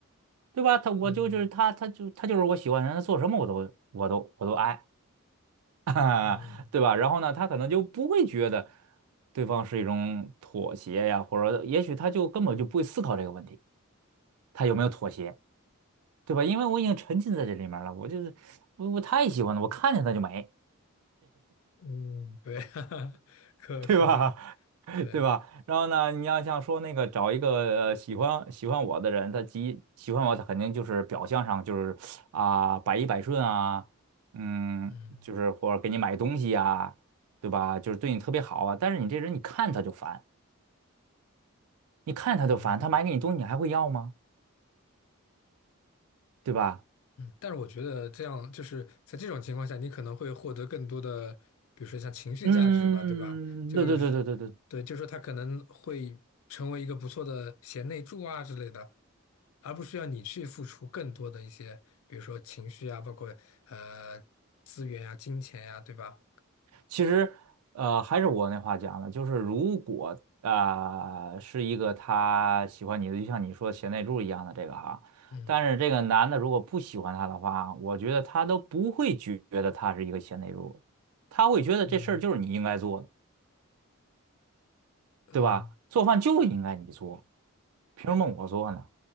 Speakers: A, on the right (about 80°); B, on the left (about 70°).
A: 对吧？他我就就是他，
B: 嗯
A: 他就他就是我喜欢的人，他做什么我都我都我都爱，<laughs>
B: 嗯。
A: 对吧？然后呢，他可能就不会觉得对方是一种妥协呀，或者也许他就根本就不会思考这个问题，他有没有妥协，对吧？因为我已经沉浸在这里面了，我就是我我太喜欢了，我看见他就美。
B: 嗯，对，<laughs> 可可能对，
A: 对吧？<laughs> 对吧？然后呢，你要像说那个找一个呃喜欢喜欢我的人，他极喜欢我，他肯定就是表象上就是啊、百依百顺啊，嗯，
B: 嗯
A: 就是或者给你买东西啊，对吧？就是对你特别好啊。但是你这人，你看他就烦，你看他就烦，
B: 嗯
A: 他买给你东西，你还会要吗？对吧？
B: 嗯，但是我觉得这样就是在这种情况下，你可能会获得更多的，比如说像情绪价值吧，
A: 嗯，
B: 对吧？就是对，
A: 对对对对对对
B: 就是说他可能会成为一个不错的贤内助啊之类的，而不需要你去付出更多的一些，比如说情绪啊，包括呃资源啊、金钱呀、对吧？
A: 其实，呃，还是我那话讲的，就是如果啊、呃是一个他喜欢你的，就像你说贤内助一样的这个啊，
B: 嗯
A: 但是这个男的如果不喜欢他的话，我觉得他都不会觉得他是一个贤内助，他会觉得这事儿就是你应该做的，
B: 嗯嗯
A: 对吧？做饭就应该你做，凭什么我做呢？